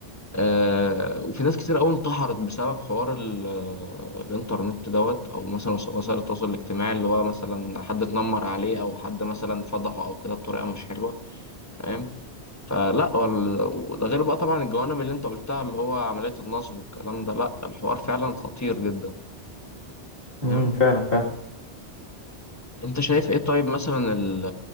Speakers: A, on the left; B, on the left.
A: آه، وفي ناس كتير قوي انتحرت بسبب حوار ال- آه، الانترنت دوت او مثلا وس- وسائل التواصل الاجتماعي اللي هو مثلا حد اتنمر عليه او حد مثلا فضحه او كده بطريقة مش حلوة فاهم فلا وال- وده غير بقى طبعا الجوانب اللي انت قلتها اللي هو عملية النصب والكلام ده لا الحوار فعلا خطير جدا
B: امم
A: فاهم
B: فعلا فعلا
A: انت شايف ايه طيب مثلا ال-